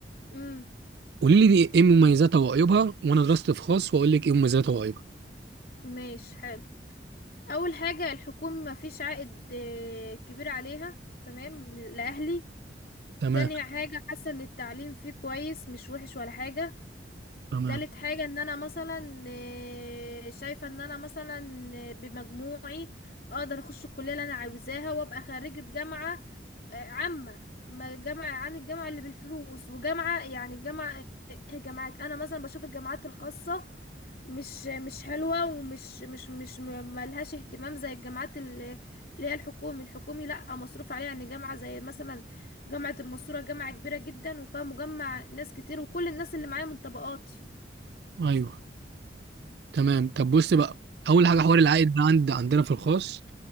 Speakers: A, on the left (about 55°); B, on the right (about 60°).
A: امم
B: قولي لي دي ايه مميزاتها وعيوبها وانا درست في خاص واقول لك ايه مميزاتها وعيوبها
A: ماشي حلو أول حاجة الحكومة مفيش عائد آه، كبير عليها تمام لأهلي
B: تمام
A: تاني حاجة حاسة إن التعليم فيه كويس مش وحش ولا حاجة
B: تمام
A: تالت حاجة ان انا مثلا آه، شايفة ان انا مثلا آه، بمجموعي اقدر اخش الكلية اللي انا عاوزاها وابقى خريجة جامعة آه، عامة ما جامعة عن الجامعة اللي بالفلوس وجامعة يعني الجامعة آه، جامعات انا مثلا بشوف الجامعات الخاصة مش مش حلوة ومش مش مش م- ملهاش اهتمام زي الجامعات ال- اللي هي الحكومي الحكومي لا مصروف عليها يعني جامعة زي مثلا جامعة المنصورة جامعة كبيرة جدا وفيها مجمع ناس كتير وكل الناس اللي معايا من طبقاتي
B: ايوه تمام طب بص بقى اول حاجه حوار العائد ده عند عندنا في الخاص